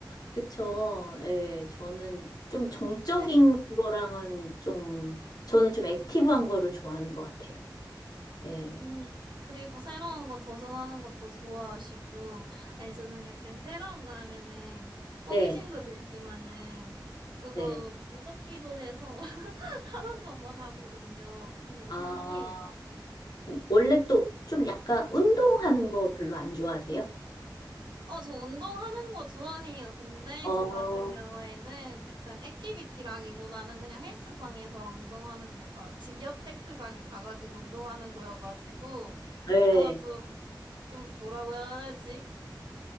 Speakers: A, on the left (about 55°); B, on the right (about 75°).
A: 그쵸. 예, 저는 좀 정적인
B: 네,
A: 거랑은 좀, 저는 좀 액티브한 거를 좋아하는 것 같아요. 예.
B: 음, 그리고 새로운 거 도전하는 것도 좋아하시고, 아니, 저는 약간 새로운 거 하면은 호기심도
A: 네,
B: 들지만은 조금
A: 네.
B: 무섭기도 해서 하는 것만 하거든요. 뭔가
A: 아,
B: 신기해요.
A: 원래 또 좀 약간 운동하는 거 별로 안 좋아하세요?
B: 어, 저 운동하는 거 좋아해요. 근데
A: 어,
B: 저
A: 어,
B: 같은 경우에는 약간 액티비티라기보다는 그냥 헬스장에서 운동하는 거, 봐. 집 옆 헬스장에 가가지고 운동하는 거여가지고,
A: 네,
B: 약간 좀, 좀 뭐라고 해야 되지?